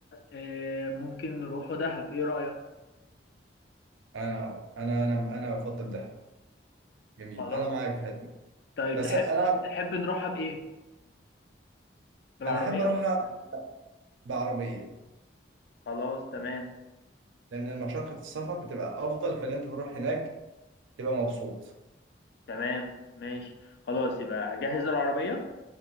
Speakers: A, on the left; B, on the right.
A: آه، ممكن نروحوا دهب ايه رأيك
B: انا انا انا انا بفضل دهب جميل
A: خلاص
B: انا معاك في هذه
A: طيب
B: بس
A: تحب
B: انا
A: تحب نروحها بإيه بالعربية
B: انا احب اروحها بعربيه
A: خلاص تمام
B: لان مشقه السفر بتبقى افضل فان انت تروح هناك تبقى مبسوط
A: تمام ماشي خلاص يبقى أجهز العربية